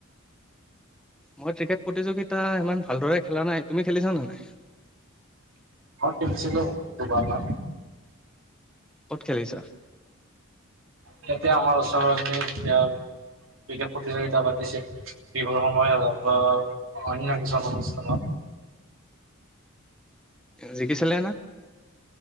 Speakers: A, in the centre; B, on the right (about 75°).
A: মই ক্ৰিকেট প্ৰতিযোগিতা ইমান ভালদৰে খেলা নাই, তুমি খেলিছা নে নাই?
B: মই খেলিছিলোঁ দুবাৰ মান।
A: ক'ত খেলিছা?
B: ইয়াতে আমাৰ ওচৰতে যেতিয়া ক্ৰিকেট প্ৰতিযোগিতা পাতিছিল। বিহুৰ সময়ত হওক বা
A: অ
B: অন্য কিছুমান অনুষ্ঠানত।
A: জিকিছিলে না?